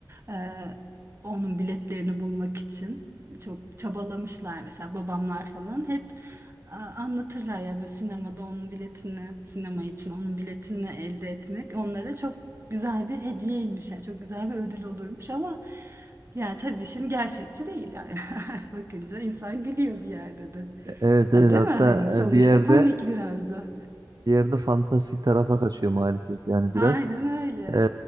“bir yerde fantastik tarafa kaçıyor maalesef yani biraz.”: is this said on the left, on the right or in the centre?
Right